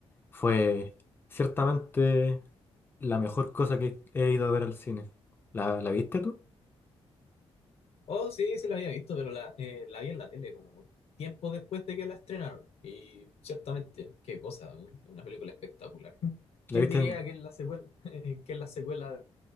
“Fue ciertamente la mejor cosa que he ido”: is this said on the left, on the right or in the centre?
Left